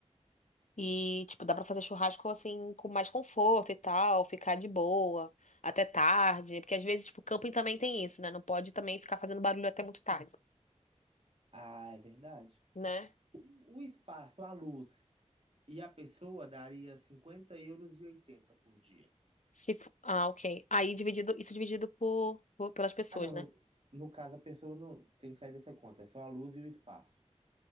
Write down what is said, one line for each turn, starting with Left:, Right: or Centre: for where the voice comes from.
Left: E, tipo, dá pra fazer churrasco assim, com mais conforto e tal, ficar de boa, até tarde. Porque às vezes, tipo, camping também tem isso, né? Não pode também ficar fazendo barulho até muito tarde,
Right: Ah, é verdade.
Left: né?
Right: O o espaço, a luz e a pessoa daria 50 euros e 80 por dia.
Left: Se... fo- Ah, ok. Aí dividido, isso dividido por, por- pelas pessoas,
Right: Ah, não,
Left: né?
Right: no, no caso a pessoa não tem que sair dessa conta, é só a luz e o espaço,